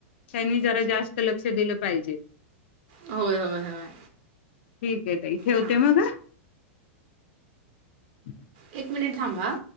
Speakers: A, on the left; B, on the right.
A: त्यांनी जरा जास्त लक्ष दिलं पाहिजे.
B: होय होय होय
A: ठीक आहे ताई ठेवते
B: हां
A: मग हा. <unintelligible>
B: एक मिनिट थांबा हा.